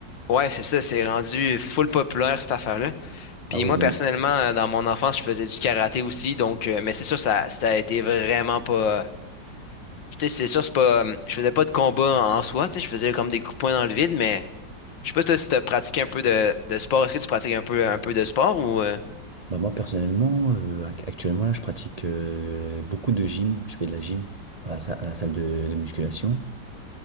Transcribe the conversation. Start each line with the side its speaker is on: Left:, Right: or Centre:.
Left: ouais, c'est ça, c'est rendu full populaire, cette affaire-là. Puis
Right: Ah oui,
Left: moi,
Right: ne-
Left: personnellement, euh, dans mon enfance, je faisais du karaté aussi, donc, euh, mais c'est sûr, ça, ça a été vraiment pas. Tu sais, c'est sûr, c'est pas. euh, Je faisais pas de combat en soi, tu sais, je faisais comme des coups de poing dans le vide, mais je sais pas si toi, si t'as pratiqué un peu de, de sport. Est-ce que tu pratiques un peu, un peu de sport ou. euh,
Right: bah moi personnellement, euh, ac- actuellement là, je pratique euh, beaucoup de gym. Je fais de la gym dans la sa- à la salle de, de musculation.